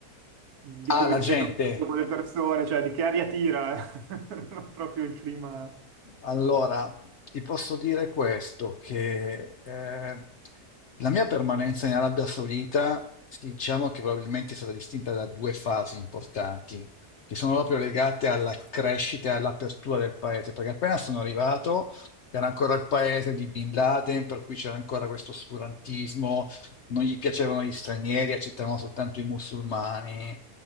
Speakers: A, on the right; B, on the left.
A: di
B: Ah,
A: come
B: la
A: ti
B: gente.
A: sei trovato con le persone, cioè, di che aria tira, <laughs> non proprio il clima.
B: Allora, ti posso dire questo, che eh, la mia permanenza in Arabia Saudita, sì, diciamo che probabilmente è stata distinta da due fasi importanti, che sono proprio legate alla crescita e all'apertura del paese, perché appena sono arrivato era ancora il paese di Bin Laden, per cui c'era ancora questo oscurantismo, non gli piacevano gli stranieri, accettavano soltanto i musulmani.